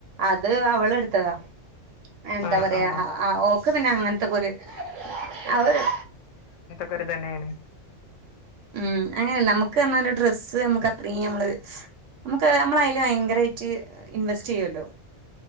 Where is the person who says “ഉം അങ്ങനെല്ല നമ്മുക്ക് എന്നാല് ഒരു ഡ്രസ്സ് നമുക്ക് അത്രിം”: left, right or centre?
Right